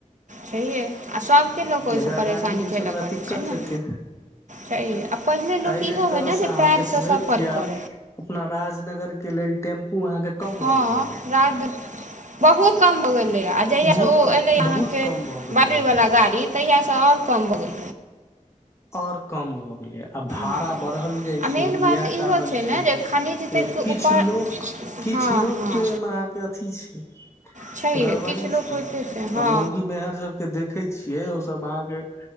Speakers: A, on the right; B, on the left.
A: छैये आ सभके लोक
B: जेकरा
A: ओहिसँ परेशानी
B: गाड़ी नहि
A: झेले
B: छै ओकरा
A: पड़ै
B: दिक्कत
A: छै ने
B: हेतै
A: त ए पहिनेे लोक
B: एहि एहि
A: इहो
B: तरहसँ
A: होय न जे
B: अहाँ
A: पैरसँ
B: देखबै
A: सफर
B: जे आब
A: करै
B: अपना राजनगर के लेल टेम्पू अहाँके कम भऽ
A: हँ
B: गेलैए
A: राज नगर बहुत कम भऽ गेलै जहिया
B: बहुत
A: से ओ
B: कम
A: एलै
B: बहुत
A: अहाँके
B: कम भऽ गेलैए
A: बेट्री वाला गाड़ी तहिया सँ और कम भ गेल
B: आओर कम भऽ गेलै य आ भाड़ा
A: हँ
B: बढ़ल जाय
A: आ मेन
B: छै
A: बात
B: इएह
A: इहो
B: कारण छै
A: ने जे खनिज तेलके
B: जे किछ
A: ऊपर
B: लोक किछु
A: हँ
B: लोकके
A: हँ
B: एहिहिमे अहाँके अथी छै
A: छैहे
B: गड़बड़ी
A: किछु लोक
B: छै
A: होइते
B: आ
A: छै हँ
B: मौगी मेहर सबके देखे छियै ओ सब अहाँके